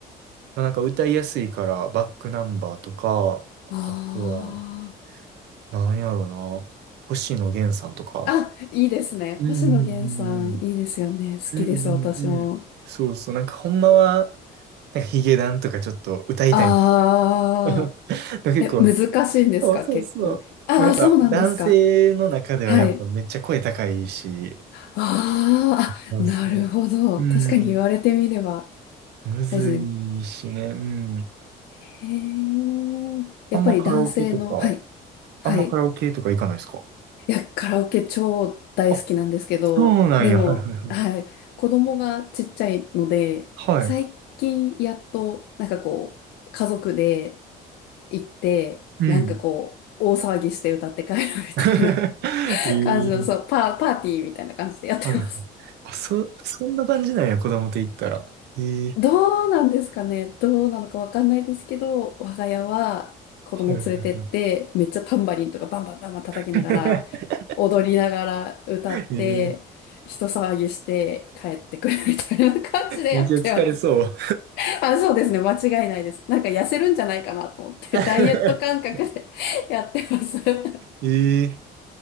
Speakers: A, on the right; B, on the left.
A: あなんか歌いやすいからバックナンバーとか、
B: あ
A: あとは、なんやろな、星野源さんとか。
B: あ、あ、いいですね。
A: うんうんうんうん。
B: 星野源さん、いいですよね。好きです、
A: うんうんうん。
B: 私も。
A: そうそう。なんかほんまは、なんかヒゲダンとかちょっと歌いたい。
B: ああ、
A: <laughs> で結構、
B: え、難しいんですか、
A: そうそうそう。
B: 結構。ああ、
A: まあやっぱ男性の中ではやっぱめっちゃ声高いし、
B: そうなんですか。はい。あーあ、
A: そうそ
B: なるほど。
A: う。うん。
B: 確かに言われてみれば、
A: むずいしね。
B: あれですね。
A: うん。
B: へえ、やっぱり男性の、
A: あんまカラオケとか、
B: はい、はい。
A: あんまカラオケとか行かないですか
B: いや、カラオケ超大好きなんですけど、
A: あ、そうなんや。
B: でも、
A: はいはいはい。
B: はい、子供がちっちゃいので、
A: はい。
B: 最近やっと、なんかこう、家族で行って、
A: うん。
B: なんかこう、大騒ぎして歌って帰る
A: <laughs>
B: みたいな
A: へえ
B: 感じの、そう、パー、パーティーみたいな感じでやってます。
A: はいはい。あ、そ、そんな感じなんや、子供と行ったら。へえ
B: <laughs> どうなんですかねどうなのかわかんないですけど、我が家は子供連れてって、
A: はいはいはい。
B: めっちゃタンバリンとかバンバンバンバン叩きながら、
A: <laughs>
B: 踊りながら歌って、
A: ええ
B: 人騒ぎして帰ってくるみたいな感じでやってます。
A: めっちゃ疲れそう。
B: <laughs> あ、そうですね。間違いないです。なんか痩せるんじゃないかなと思って、
A: <laughs>
B: ダイエット感覚で <laughs> やってます。<laughs>
A: ええ